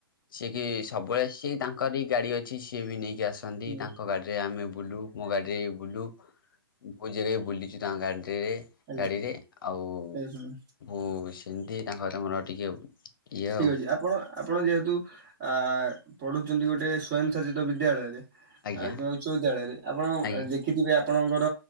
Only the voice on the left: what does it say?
ସେ କି ସବୁବେଳ ସେ ତାଙ୍କରି ଗାଡ଼ିଅ ଅଛି ସିଏ ବି ନେଇକି ଆସନ୍ତି।
ତାଙ୍କ ଗାଡିରେ ଆମେ ବୁଲୁ। ମୋ ଗାଡିରେ ବୁଲୁ। ବହୁତ ଜାଗାରେ ବୁଲିଛୁ ତାଙ୍କ ଗାଡିରେ
ଗାଡିରେ ଆଉ
ବହୁ- ସେମିତି ତାଙ୍କତ ମୋର ଟିକିଏ ଇଏ
ଆଉ।
ଆଜ୍ଞା
ଆଜ୍ଞା